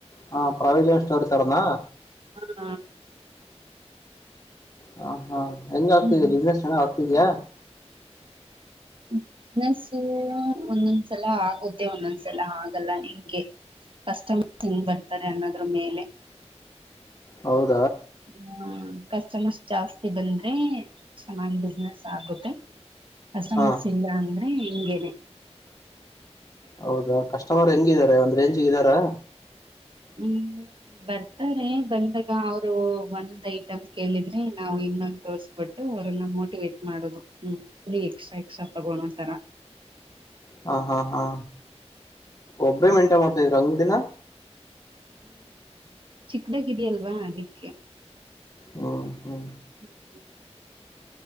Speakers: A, on the left; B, on the right.
A: ಹ ಪ್ರವಿಜನ್ ಸ್ಟೋರ್ ತರ್ನ
B: ಹಾ
A: ಹಾ ಹಾ ಹೆಂಗ ಆಗ್ತಿದೆ
B: ಹ
A: ಬಿಸ್ಸ್ ಚೆ ಆ ಇದಯಾ
B: ಬಿಸ್ನೆಸು ಒಂದೊಂದ್ಸಲ ಆಗುತ್ತೆ ಒಂದೊಂದ್ಸಲ ಆಗಲ್ಲ ಹೆಂಗೆ ಕಸ್ಟಮರ್ಸ್ ಹೆಂಗ್ ಬರ್ತಾರೆ ಅನ್ನೋದ್ರ ಮೇಲೆ
A: ಹೌದ್
B: ಹ್ಮ ಕಸ್ಟಮರ್ಸ್ ಜಾಸ್ತಿ ಬಂದ್ರೆ ಚೆನ್ನಾಗ್ ಬಿಸ್ನೆಸ್ ಆಗುತ್ತೆ ಆ ಸಮಸ್ಯೆ
A: ಹಾ
B: ಇಲ್ಲ ಅಂದ್ರೆ ಹಂಗೆನೇ
A: ಹೌದಾ ಕಸ್ಟಮರ್ ಹೆಂಗಿದ್ದಾರೆ ಒಂದ್ ರೇಂಜಿಗೆ ಇದರ್ ದರ
B: ಹ್ಮ್ ಬರ್ತಾರೆ ಬಂದಾಗ ಅವರು ಒಂದ್ ಐಟಮ್ ಕೇಳಿದ್ರೆ ನಾವು ಇನ್ನೊಂದು ತೋರ್ಸ್ಬಿಟ್ಟು ಅವ್ರನ್ನ ಮೋಟಿವೇಟ್ ಮಾಡೋುದು ಹ್ಮ್ ಇ ಎಕ್ಸ್ಟ್ರಾ ಎಕ್ಸ್ಟ್ರಾ ತಗೋಣೋಂತರ
A: ಹಾ ಹಾ ಹಾ ಒಬ್ಬ್ರೇ ಮೆಂಟೆನ್ ಮಾಡ್ತಾದೀರ ಅಂಗಡಿನ
B: ಚಿಕ್ದಾಗಿದೆಯಲ್ವಾ ಅದಕ್ಕೆ
A: ಹ್ಮ ಹ್ಮ
B: <inaudible>